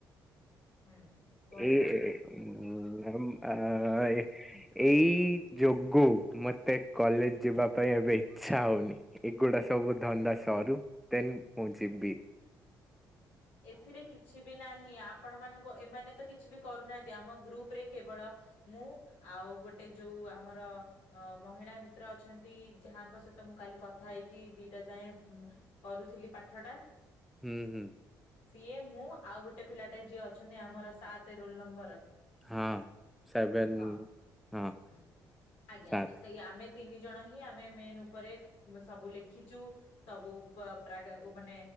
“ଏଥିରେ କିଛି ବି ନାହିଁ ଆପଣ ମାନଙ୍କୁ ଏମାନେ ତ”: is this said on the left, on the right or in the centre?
Left